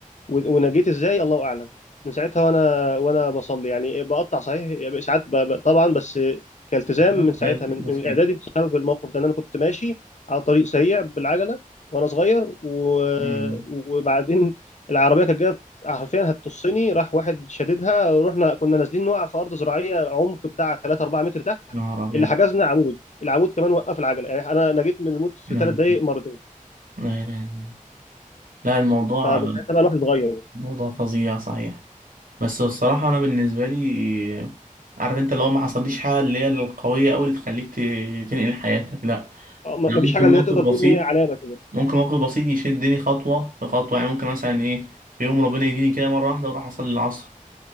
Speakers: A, on the left; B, on the right.
A: و- ونجيت ازاي الله اعلم من ساعتها وانا وانا بصلي يعني بقطع صحيح يعني ساعات ب... ب- طبعا بس كالتزام
B: بالظبط
A: من ساعتها
B: هي الفكرة
A: من... من
B: في
A: الاعدادي
B: كده
A: بسبب الموقف ده ان انا كنت ماشي على طريق سريع بالعجله وانا صغير و...
B: أمم.
A: وبعدين العربيه كانت جايه حرفيا هتطصني راح واحد شددها رحنا كنا نازلين نقع في ارض زراعيه عمق بتاع 3 4 متر تحت
B: نهار أبيض
A: اللي حجزنا عمود العمود كمان وقف العجله يعني انا نجيت من الموت في
B: لا
A: ثلاث دقائق مرتين
B: لا لا لا لا، الموضوع
A: فمن ساعتها بقى الواحد اتغير يعني
B: موضوع فظيع صحيح بس هو الصراحة أنا بالنسبة لي عارف أنت لو ما حصليش حاجة اللي هي القوية أوي اللي تخليك ت- تنقل حياتك لا
A: آه، ما-
B: أنا
A: مفيش
B: ممكن
A: حاجه
B: موقف
A: اللي هي تقدر تقول
B: بسيط
A: ان هي علامه كده
B: ممكن موقف بسيط يشدني خطوة في خطوة يعني ممكن مثلا إيه في يوم ربنا يديني كده مرة واحدة وأروح أصلي العصر